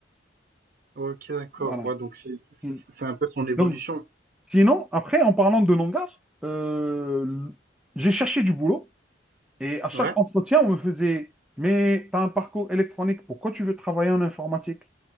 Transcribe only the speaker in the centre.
Voilà.
Hmm.
Donc
Sinon, après, en parlant de langage, euh, j'ai cherché du boulot et à chaque
entretien, on me faisait, mais tu as un parcours électronique, pourquoi tu veux travailler en informatique?